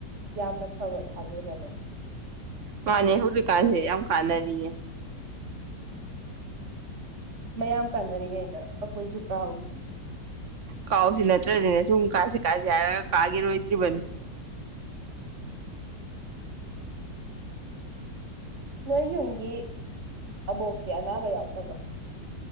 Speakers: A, on the right; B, on the right.
A: ꯌꯥꯝꯅ ꯐꯕ ꯁꯥꯖꯅꯕꯅꯤ
B: ꯃꯥꯅꯦ ꯍꯧꯖꯤꯛꯀꯥꯟꯁꯦ ꯌꯥꯝ ꯀꯥꯟꯅꯔꯤꯌꯦ
A: ꯃꯌꯥꯝ ꯀꯥꯟꯅꯔꯤꯉꯩꯗ ꯑꯩꯈꯣꯏꯁꯨꯨ ꯀꯥꯎꯁꯦ
B: ꯀꯥꯎꯁꯤ ꯅꯠꯇ꯭ꯔꯗꯤꯅꯦ ꯁꯨꯝ ꯀꯥꯁ ꯀꯥꯁꯦ ꯍꯥꯏꯔꯒ ꯀꯥꯒꯦꯔꯣꯏꯗ꯭ꯔꯤꯕꯅꯤ
A: ꯅꯣꯏ ꯌꯨꯝꯒꯤ ꯑꯕꯣꯛꯇꯤ ꯑꯅꯥꯕ ꯌꯥꯎꯗꯕ